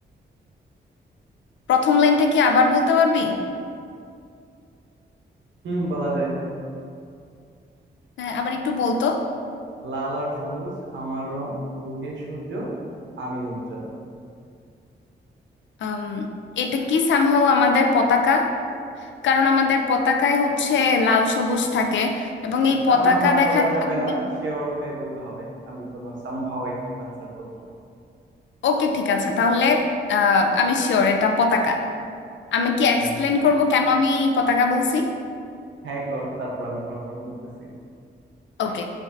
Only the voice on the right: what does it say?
হুম বলা যায়
লাল আর সবুজ আমার রং বুকে সূর্য আমি উজ্জ্বল
সামহাও
বলা যাবে
না শিওর হয়ে বলতে হবে আমি কোনো সামহাও একসেপ্ট আনসার করব না
হুম
হ্যাঁ কর তারপর আমি কনফার্ম করতেছি